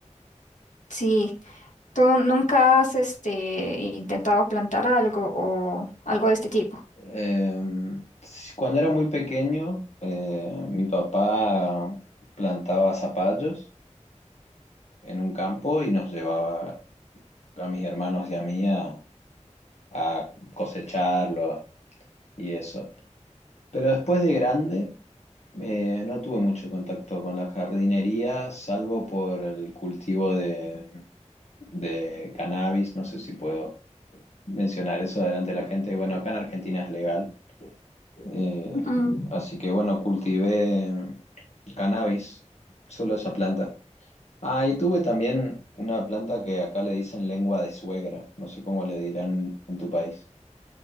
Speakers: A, on the left; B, on the left.
A: Sí. ¿Tú nunca has este, intentado plantar algo o algo de este tipo?
B: Eh, cuando era muy pequeño, eh, mi papá plantaba zapallos en un campo y nos llevaba a mis hermanos y a mí a, a cosecharlo y eso. Pero después de grande, eh, no tuve mucho contacto con la jardinería, salvo por el cultivo de, de cannabis. No sé si puedo mencionar eso delante de la gente. Bueno, acá en Argentina es legal. Eh,
A: Ujú.
B: así que bueno, cultivé cannabis, solo esa planta. Ah, y tuve también una planta que acá le dicen lengua de suegra, no sé cómo le dirán en tu país.